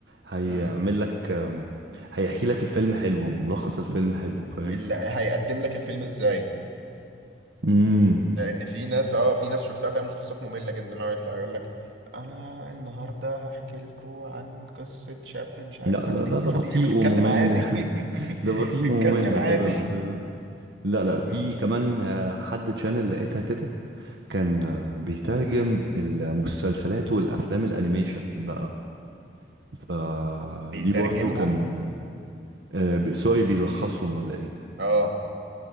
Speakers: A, on the right; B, on the right.
A: هيعمل
B: امم
A: لك أم، هيحكي لك الفيلم حلو وملخص الفيلم حلو فاهم
B: اللي هيقدم لك الفيلم ازاي
A: امم
B: لان في ناس اه في ناس شفتها تعمل لخصات مملة جدا اللي هو يطلع يقول لك انا النهارده هحكي لكم عن قصة شاب مش عارف
A: لا
B: طب
A: لا
B: ليه
A: ده ده
B: يا حبيبي
A: بطيء
B: ما تتكلم
A: وممل
B: عادي
A: <laughs>
B: <laughs>
A: ده بطيء
B: اتكلم
A: وممل
B: عادي
A: كده ال- لا لا
B: <laughs> بالظبط
A: في كمان آه، حد تشانل لقيتها كده كان آه، بيترجم المسلسلات والافلام الانيميشن بقى فدي
B: بيترجمهم
A: برضو كان آه، بي- سوري بيلخصهم ولا ايه
B: اه